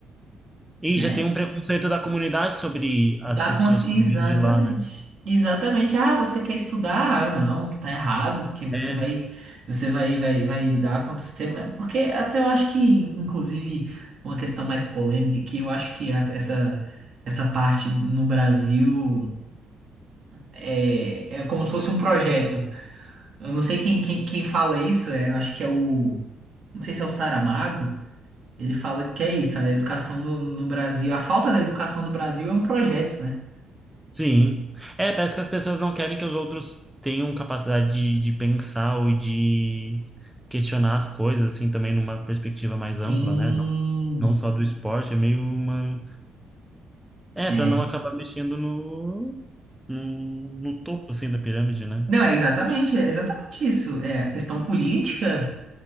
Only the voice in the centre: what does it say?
E
já tem um preconceito da comunidade sobre as
pessoas
que vêm de lá, né?
É,
sim. É, parece que as pessoas não querem que os outros tenham capacidade de, de pensar ou de questionar as coisas, assim, também numa perspectiva mais ampla,
né? Não, não só do esporte, é meio uma... É,
para não acabar mexendo no, no, no topo, assim, da pirâmide, né?